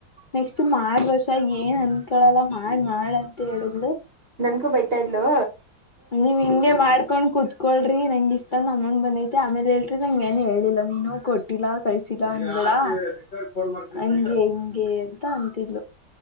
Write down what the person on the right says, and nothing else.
ನನ್ಕು ಬೈತಾ ಇದ್ಲೂ